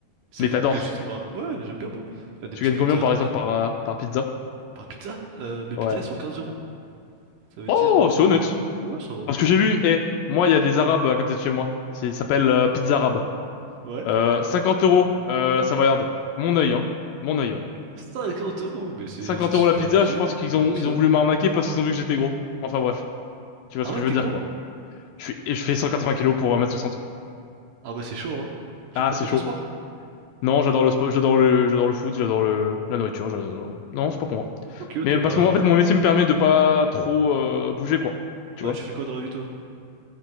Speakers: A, on the right; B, on the left.
A: c'est
B: Mais
A: quand
B: t'adores.
A: même quelque chose qui me rappelle... Ouais, j'aime bien moi. Faire des
B: Tu
A: petites
B: gagnes
A: pizzas
B: combien, par
A: tranquilles.
B: exemple, par,
A: hein.
B: euh, par pizza?
A: Par pizza, euh, mes pizzas
B: Ouais.
A: elles sont 15 euros. Ça veut
B: Oh,
A: dire... euh,
B: c'est honnête.
A: Ouais, ça va.
B: Parce que j'ai vu, eh, moi, il y a des Arabes à côté de chez moi. C'est, ça s'appelle euh, Pizza Arabe.
A: Ouais.
B: Euh, 50 euros, euh, la Savoyarde. Mon œil, hein. Mon œil.
A: 50 euros, mais c'est
B: 50
A: c'est super
B: euros la pizza,
A: abusé.
B: je pense qu'ils
A: Non
B: ont,
A: mais sérieux.
B: ils ont voulu m'arnaquer parce qu'ils ont vu que j'étais gros. Enfin bref, tu vois
A: Ah
B: ce
A: ouais,
B: que je
A: t'es
B: veux dire
A: gros?
B: quoi. Je fais, je fais 180 kilos pour 1m60.
A: Ah ouais, c'est chaud, hein. Tu
B: Ah,
A: veux pas
B: c'est
A: te mettre
B: chaud.
A: au sport?
B: Non, j'adore le sport, j'adore le, j'adore le foot, j'adore le, la nourriture, j'adore... Non, c'est pas pour moi.
A: Ok, ok,
B: Mais parce
A: bah...
B: que moi, en fait, mon métier me permet de pas trop euh, bouger quoi. Tu
A: Bah
B: vois.
A: tu fais quoi dans la vie toi?